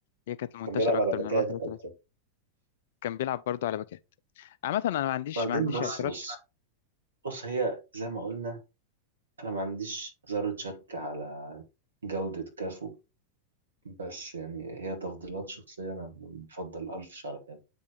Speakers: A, on the left; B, on the right.
A: هي كانت المنتشرة
B: كان بيلعب
A: أكتر
B: على باكات
A: من 4 3
B: اكتر
A: 3 كان بيلعب برضو على باكات عامة أنا ما عنديش
B: وبعدين
A: ما عنديش
B: بص
A: اعتراض
B: بص بص هي زي ما قلنا انا ما عنديش ذرة شك على جودة كافو بس يعني هي تفضيلات شخصية انا بفضل الف شرط يعني